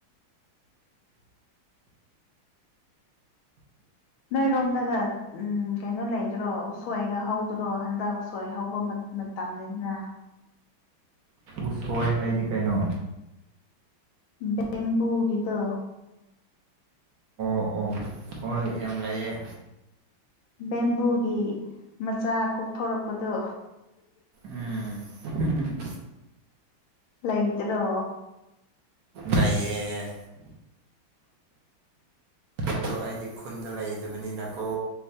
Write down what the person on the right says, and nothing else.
ꯎꯁꯣꯏ ꯍꯥꯏꯗꯤ ꯀꯩꯅꯣ
ꯑꯣ ꯑꯣ ꯍꯣꯏ ꯌꯥꯝ ꯂꯩꯑꯦ
ꯎꯝ ꯍꯨꯝꯍꯨꯝ
ꯂꯩꯌꯦ ꯑꯗꯨ ꯑꯩꯗꯤ ꯈꯨꯟꯗ ꯂꯩꯗꯕꯅꯤꯅꯀꯣ